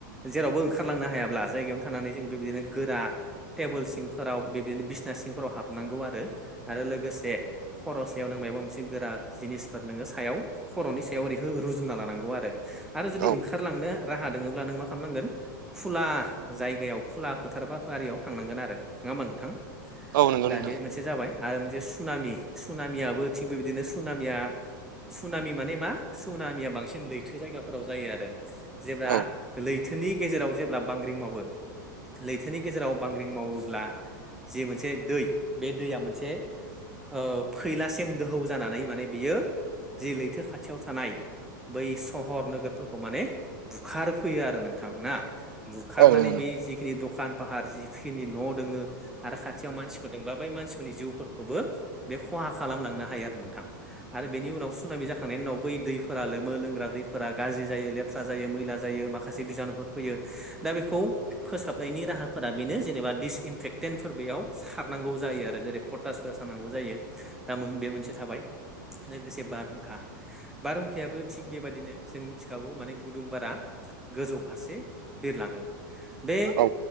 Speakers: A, in the centre; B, on the right.
A: जेरावबो ओंखारलांनो हायाब्ला जायगायावनो थानानै जों बेबायदिनो गोरा टेबोल सिम फोराव बिदिनो बिसना सिंफोराव हाबनांगौ आरो आरो लोगोसे खर' सायाव नों मबा मोनसे गोरा जिनिसफोर नोङो सायाव खर'नि सायाव ओैहो रुजुना लानांगौ आरो आरो जुदि
B: औ
A: ओंखारलांनो राहा लोङोब्ला नों मा खालामनांगोन खुला जायगायाव खुला फोथार बाफारियाव थांनांगोन आरो नङा होमबा नोंथां
B: औ नंगौ
A: दा
B: नोंथां
A: बे मोनसे जाबाय आरो मोनसे सुनामि सुनामियाबो थिग बेबायदिनो सुनामिया सुनामि माने मा सुनामिया बांसिन लैथो जायगाफोराव जायो आरो जेब्ला
B: औ
A: लैथोनि गेजेराव जेब्ला बांग्रिं मावो लैथोनि गेजेराव बांग्रिं मावो ब्ला जि मोनसे दै बे दैया मोनसे ओ- फैलासिम दोहौ जानानै माने बियो जे लैथो खाथियाव थानाय बै सहर नोगोरफोरखौ माने बुखार फैयो आरो नोंथां ना- बुखारनानै
B: औ नंगौ नोंथां
A: बे जिखिनि दखान फाहार जिखिनि न' दङो आरो खाथियाव मानसिफोर दबा बै मानसिफोरनि जिउफोरखौबो बे खहा खालामलांनो हायो आरो नोंथां आरो बेनि उनाव सुनमि जाखांनायनि उनाव बै दै फोरा लोमो लोंग्रा दैफोरा गाज्रि जायो लेथ्रा जायो मैला जायो माखासे बिजानुफोर फैयो दा बेखौ फोसाबनायनि राहाफोरा बेनो जेनेबा दिस इनफेक्टेेनफोर बेयाव सारनांगौ जायो आरो जेरै पटासफोर सारनांगौ जायो। दा- बे मोनसे थाबाय लोगोसे बारहुंखा बारहुंखायाबो थिग बेबायदिनो जों मिथिखागौ माने गुदुं बारा गोजौ फारसे बिरलाङो बे
B: औ